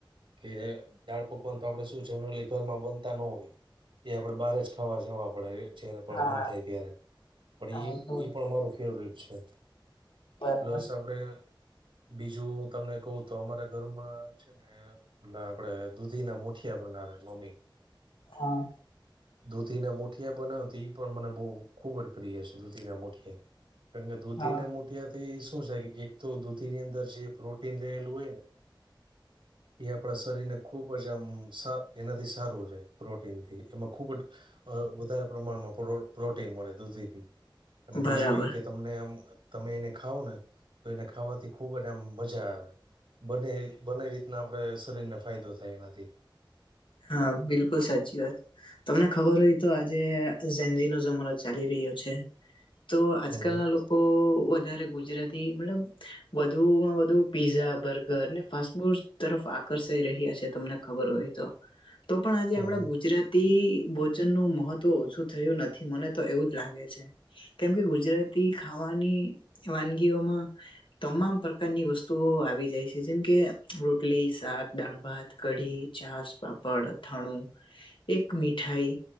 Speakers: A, on the right (about 70°); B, on the left (about 75°).
A: કે દાળ પકવાન તો આપડે શું જનરલી ઘરમાં બનતા ન હોય એ આપણેે બારે જ ખાવા જવા પડે જ્યારે પણ
B: હા
A: મન થાય ત્યારે પણ
B: હા
A: એ
B: તો વાત
A: ઈ પણ મારું ફેવરેટ છે
B: બરાબર
A: પ્લસ આપડે બીજું હું તમને કઉ ને તો અમારા ઘરમાં છે ને ઓલા આપડે દૂધી ના મુઠિયા બનાવે મમ્મી
B: હા
A: દૂધીના મુઠિયા બનાવતી ઈ પણ મને બહુ ખૂબ જ પ્રિય છે દૂધીના મુઠિયા કે દૂધી
B: હા
A: ના મુઠીયાથી શું એક તો દૂધી ની અંદર જે પ્રોટીન રહેલું હોયને એ આપણા શરીરને ખૂબ જ આમ એનાથી સારું રહે પ્રોટીનથી એમાં ખૂબ જ અ વધારે પ્રમાણમાં પ્રોટીન મળે દુધીથી અને
B: બરાબર
A: બીજું ઈ કે તમને આમ તમે એને ખાવને તો એને ખાવાથી ખૂબ જ આમ મજા આવે બને બને રીતના આપણે શરીરને ફાયદો થાય એનાથી
B: હા બિલકુલ સાચી વાત તમને ખબર હોય તો આજે જેનઝી નો જમાનો ચાલી રહ્યો છે તો આજકાલના
A: હમ હમ
B: લોકો વધારે ગુજરાતી મતલબ વધુમાં વધુ પીઝા બર્ગર ને ફાસ્ટ ફૂડ તરફ આકર્ષાઈ રહ્યા છે તમને ખબર હોય તો તો પણ આજે આપડા
A: હમ
B: ગુજરાત તિ ભોજન નું મહત્વ ઓછું થયું નથી મને તો એવું જ લાગે છે કેમ કે ગુજરાતી ખાવાની વાનગીઓમાં તમામ પ્રકારની વસ્તુઓ આવી જાય છે જેમ કે રોટલી શાક દાળ ભાત કઢી છાસ પાપડ અથાણું એક મીઠાઈ